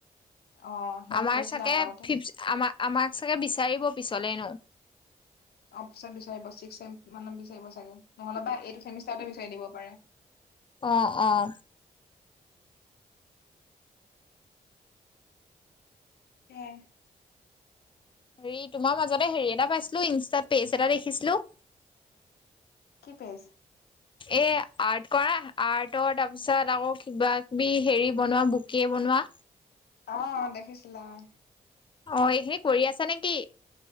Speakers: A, on the left; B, on the left.
A: অ সিহঁতে
B: আমাৰ
A: কৰিছিলে
B: চাগে
A: আকৌ আগতে
B: ফি', আম, আমাক চাগে বিচাৰিব পিছলে নো
A: অফিচ বিচাৰিব, চিক মানত বিচাৰিব চাগে। নহ'লেব বা এইটো চেমিষ্টাৰ বিচাৰি দিব পাৰে।
B: অ'-অ'।
A: হেয়া'এ।
B: হেৰি তোমাৰ মাজতে হেৰি এটা পাইছিলো, ইনষ্টাত পেজ এটা দেখিছিলো!
A: কি পায়ছ
B: এ আৰ্ট কৰা, আৰ্টৰ, তাৰ পিছত আকৌ কিবা কিবি হেৰি বনোৱা বকে বনোৱা।
A: অঁ দেখিছিলা অঁ।
B: অঁ, এই সে কৰি আছা নেকি?